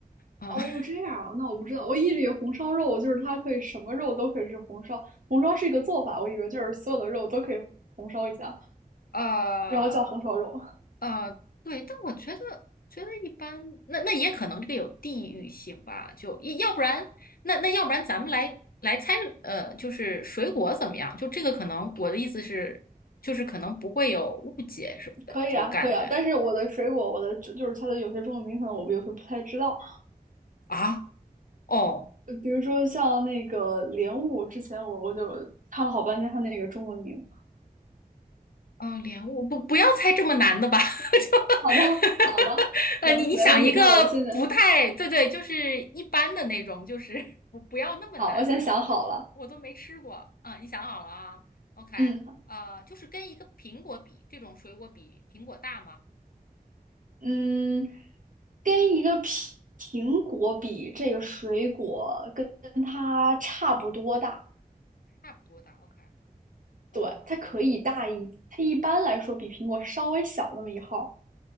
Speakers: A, on the left; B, on the right.
A: 吗？
B: 哦，
A: 啊
B: 这样啊，那我不知道，我一直以为红烧肉就是它可以什么肉都可以是红烧，红烧是一个做法，我以为就是所有的肉都可以红烧一下，
A: <laughs> 呃，
B: 然后叫红烧肉，
A: 呃，对，但我觉得觉得一般，那那也可能这个有地域性吧，就要不然那那要不然咱们来来猜，呃，就是水果怎么样？就这个可能我的意思是，就是可能不会有误解什么的，
B: <laughs> 可以啊，
A: 就感觉
B: 可以啊。但是我的水果，我的就就是它的有些中文名可能我有些不太知道，
A: 啊，哦，
B: 呃比如说像那个莲雾，之前我我就看了好半天它那个中文名。
A: 啊、莲雾，不不要猜这么难的吧，<laughs> 就
B: 好的，
A: <laughs>
B: 好的，
A: 呃，
B: 行，
A: 你你想一个
B: 没问题。那我现在，
A: 不太对对，就是一般的那种，就是 <laughs> 不不要那么难，
B: 好，我先想好了，
A: 莲我都没吃过。啊，你想好了啊？OK，
B: 嗯。
A: 呃，就是跟一个苹果比，这种水果比苹果大吗？
B: 嗯，跟一个苹苹果比，这个水果跟跟它差不多大，
A: 差不多大。OK，
B: 对，
A: 嗯、
B: 它可以大一，
A: 嗯
B: 它一般来说比苹果稍微小那么一号儿